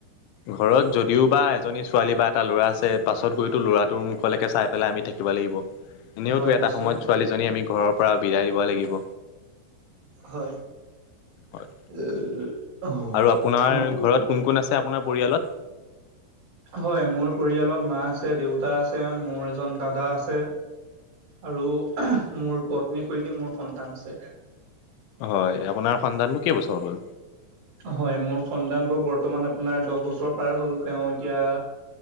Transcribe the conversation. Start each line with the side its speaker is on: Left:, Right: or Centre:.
Left: ঘৰত যদিও বা এজনী ছোৱালী বা এটা ল'ৰা আছে পাছত গৈতো ল'ৰাটোৰ মুখলৈকে চাই পেলাই আমি থাকি থ লাগিব এনেওতো
Right: হয়
Left: এটা
Right: নিশ্চয়
Left: সময়ত ছোৱালীজনী আমি ঘৰৰ পৰা বিদায় দিব লাগিব
Right: হয়
Left: হয়
Right: উ আহ
Left: আৰু আপোনাৰ
Right: ক্ষমা কৰিবিব
Left: ঘৰত কোন কোন আছে আপোনাৰ পৰিয়ালত
Right: হয় মোৰ পৰিয়ালত মা আছে দেউতা আছে মোৰ এজন দাদা আছে আৰু মোৰ পত্নীৰ সৈতে মোৰ সন্তান আছে
Left: হয় আপোনাৰ সন্তানটো কেইবছৰ হ'ল
Right: হয় মোৰ সন্ন্তানটো বৰ্তমান বৰ্তমান আপোনাৰ দহ বছৰ পাৰ হ'ল তেওঁ এতিয়া